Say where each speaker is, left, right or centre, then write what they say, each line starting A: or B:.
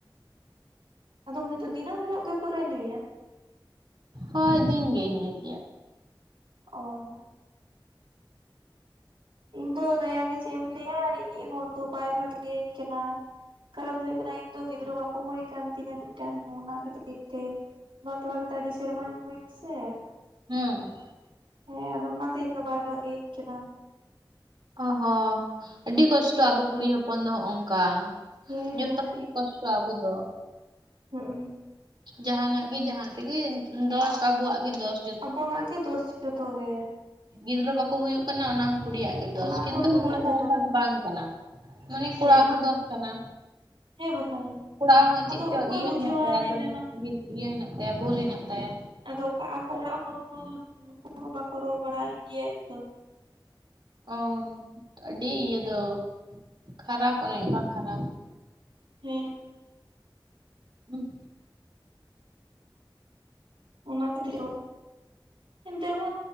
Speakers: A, on the right (about 90°); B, on the right (about 65°).
A: ᱟᱫᱚ ᱩᱱᱤ ᱫᱚ ᱫᱤᱱᱟᱹᱢ ᱦᱤᱞᱳᱜ ᱜᱮ ᱯᱟᱹᱨᱟᱹᱭ ᱧᱩᱭᱟ?
B: ᱦᱚᱭ ᱫᱤᱱ ᱜᱮᱭ ᱧᱩᱭ ᱜᱮᱭᱟ᱾
A: ᱚᱻ᱾ ᱤᱧ ᱫᱚ ᱫᱟᱭᱟ ᱜᱮ ᱪᱮᱜ ᱮᱢ ᱞᱟᱹᱭᱟ ᱤᱧᱤᱡ ᱦᱚᱲ ᱫᱚ ᱵᱟᱭ ᱵᱷᱟᱜᱮᱭᱟᱹᱧ ᱠᱟᱱᱟ᱾ ᱠᱟᱨᱚᱱ ᱫᱚ ᱦᱩᱭᱩᱜ ᱠᱟᱱᱟ ᱤᱧ ᱫᱚ ᱜᱤᱫᱽᱨᱟᱹ ᱵᱟᱠᱚ ᱦᱳᱭᱳ ᱠᱟᱱ ᱛᱤᱧᱟᱹ ᱢᱤᱫᱴᱟᱝ ᱦᱚᱸ ᱚᱱᱟ ᱠᱷᱟᱹᱛᱤᱨ ᱛᱮ᱾ ᱵᱟᱯᱞᱟ ᱠᱟᱛᱮ ᱟᱹᱰᱤ ᱥᱮᱨᱢᱟᱹᱧ ᱦᱩᱭᱱᱟ ᱥᱮ᱾
B: ᱦᱩᱸ
A: ᱦᱮᱸ ᱟᱫᱚ ᱚᱱᱟᱛᱮ ᱤᱧ ᱫᱚ ᱵᱟᱭ ᱵᱷᱟᱜᱮᱭᱟᱹᱧ ᱠᱟᱱᱟ᱾
B: ᱚ-ᱦᱚ ᱟᱹᱰᱤ ᱠᱚᱥᱴᱚ
A: ᱦᱮᱸ
B: ᱟᱵᱚ ᱠᱩᱲᱤ ᱦᱚᱯᱚᱱ ᱫᱚ ᱦᱚᱜᱚᱝᱠᱟ᱾
A: ᱦᱮᱸ
B: ᱡᱚᱛᱚ ᱜᱮ ᱠᱚᱥᱴᱚ ᱟᱵᱩᱫᱚ᱾
A: ᱦᱩᱜ-ᱩᱸ᱾
B: ᱡᱟᱦᱟᱸᱱᱟᱜ ᱜᱮ ᱡᱟᱦᱟᱸ ᱛᱮᱜᱮ ᱫᱚᱥ ᱟᱵᱚᱣᱟᱜ ᱜᱮ ᱫᱚᱥ᱾
A: ᱟᱵᱚᱱᱟᱜ ᱜᱮ ᱫᱚᱳᱥ ᱡᱚᱛᱚ ᱜᱮ᱾
B: ᱜᱤᱫᱽᱨᱟᱹ ᱵᱟᱠᱚ ᱦᱩᱭᱩᱜ ᱠᱟᱱᱟ ᱚᱱᱟ ᱠᱩᱲᱤᱭᱟᱜ ᱜᱮ ᱫᱚᱥ
A: ᱚᱱᱟ
B: ᱠᱤᱱᱛᱩ
A: ᱦᱚᱸ ᱠᱩᱲᱤᱭᱟᱜ
B: ᱱᱚᱣᱟ ᱫᱚ
A: ᱜᱮ
B: ᱚᱱᱠᱟ
A: ᱫᱳᱥ
B: ᱫᱚ ᱵᱟᱝ ᱠᱟᱱᱟ ᱢᱟᱱᱮ
A: ᱦᱮᱸ
B: ᱠᱚᱲᱟ ᱟᱜ ᱦᱚᱸ ᱫᱚᱥ ᱠᱟᱱᱟ᱾
A: ᱦᱮᱸ ᱵᱟᱠᱷᱟᱱ
B: ᱠᱚᱲᱟ ᱟᱜ ᱦᱚᱸ ᱪᱮᱫ
A: ᱟᱫᱚ
B: ᱪᱚ
A: ᱚᱠᱚᱭ
B: ᱤᱭᱟᱹ
A: ᱵᱩᱡᱷᱟᱹᱣᱟᱭ
B: ᱦᱮᱱᱟᱜ ᱛᱟᱭᱟ
A: ᱞᱟᱹᱭ
B: ᱜᱟᱹᱞ
A: ᱢᱮ ᱢᱟ
B: <unintelligible> ᱤᱭᱟᱹ ᱦᱮᱱᱟᱜ ᱛᱟᱭᱟ ᱵᱷᱩᱞ ᱦᱮᱱᱟᱜ ᱛᱟᱭᱟ᱾
A: ᱟᱫᱚ ᱚᱠᱟ ᱟᱠᱚ ᱚᱲᱟᱜ ᱦᱚᱲ ᱦᱚᱸ ᱱᱩᱠᱩ ᱦᱚᱸ ᱵᱟᱠᱚ ᱨᱚᱲ ᱵᱟᱲᱟᱭᱮᱫ ᱜᱮᱭᱟ ᱮᱠᱫᱚᱢ᱾
B: ᱚ ᱟᱹᱰᱤ ᱤᱭᱟᱹ ᱫᱚ᱾ ᱠᱷᱟᱨᱟᱯ ᱚᱱᱮ ᱚᱱᱠᱟ ᱠᱷᱟᱨᱟᱯ᱾
A: ᱦᱮᱸ᱾
B: <inaudible>
A: ᱚᱱᱟ ᱠᱷᱟᱹᱛᱤᱨ <unintelligible> ᱮᱱᱛᱮ ᱨᱮᱦᱚᱸ